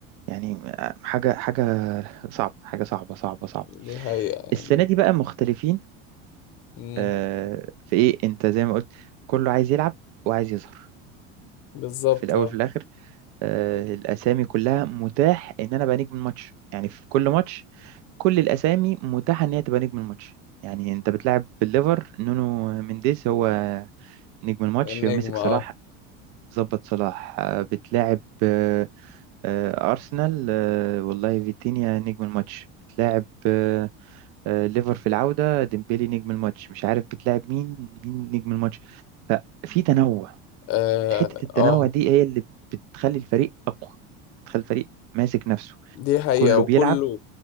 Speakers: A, on the right; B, on the left.
A: يعني حاجة حاجة صعبة حاجة صعبة صعبة صعبة
B: دي حقيقة يعني
A: السنة دي بقى مختلفين
B: امم
A: آه، في إيه أنت زي ما قلت كله عايز يلعب وعايز يظهر
B: بالظبط
A: في الأول
B: اه
A: في الآخر آه، الأسامي كلها متاح إن أنا أبقى نجم الماتش يعني في كل ماتش كل الأسامي متاحة إن هي تبقى نجم الماتش يعني أنت بتلعب بالليفر نونو مينديز هو نجم الماتش
B: النجم
A: مسك صلاح
B: اه
A: ظبط صلاح آه، بتلاعب آه، آه، أرسنال آه، والله فيتينيا نجم الماتش بتلاعب آه، آه، ليفر في العودة ديمبلي نجم الماتش مش عارف بتلاعب مين مين نجم الماتش ففي تنوع
B: اه,
A: حتة التنوع
B: آه.
A: دي هي اللي بتخلي الفريق أقوى بتخلي الفريق ماسك نفسه
B: دي حقيقة
A: كله
B: وكله
A: بيلعب